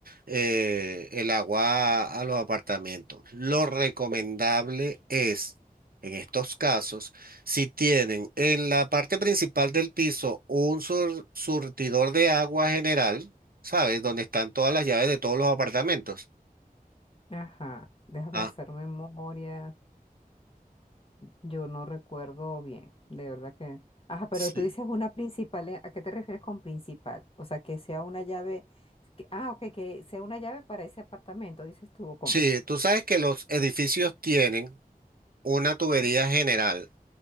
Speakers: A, on the right; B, on the left.
A: eh, el agua a los apartamentos. Lo recomendable es, en estos casos, si tienen en la parte principal del piso un sur- surtidor de agua general, ¿sabes? Donde están todas las llaves de todos los apartamentos.
B: Ajá, déjame
A: Ah,
B: hacer memoria. Yo no recuerdo bien, de verdad que... Ajá, pero
A: sí.
B: tú dices una principal, ¿eh? ¿a qué te refieres con principal? O sea, que sea una llave... que- ah, ok, que sea una llave para ese apartamento, dices tú, ¿o cómo?
A: Sí, tú sabes que los edificios tienen Una tubería general,